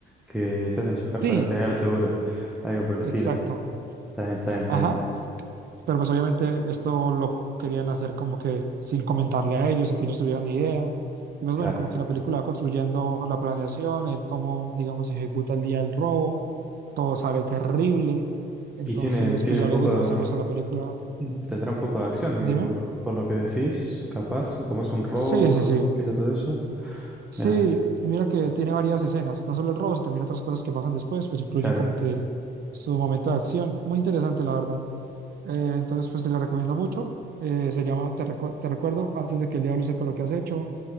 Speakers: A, in the centre; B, on the right.
A: que se hacen chocar
B: sí,
A: para tener el seguro. Algo por el estilo.
B: exacto.
A: Está bien, está bien, está
B: Ajá.
A: bien.
B: Pero pues obviamente esto lo querían hacer como que sin comentarle a ellos, sin que ellos tuvieran ni idea. Y pues
A: Claro.
B: bueno, como que la película va construyendo la planeación, el cómo, digamos, se ejecuta el día del robo, todo sale terrible. Entonces,
A: Y tiene, tiene
B: pues
A: un
B: ya
A: poco.
B: luego, digamos, el resto de la película,
A: Mm. Tendrá un poco de acción, digo,
B: dime.
A: por lo, por lo que decís, capaz, o como es un robo,
B: Sí, sí, sí.
A: explica todo eso.
B: Sí,
A: Mira,
B: y mira que tiene varias escenas, no solo el robo, sino también otras cosas que pasan después, pues incluyen
A: claro.
B: como que su momento de acción. Muy interesante, la verdad. Eh, entonces, pues te la recomiendo mucho. Eh, se llama te, Recu- Te recuerdo, antes de que el diablo sepa lo que has hecho.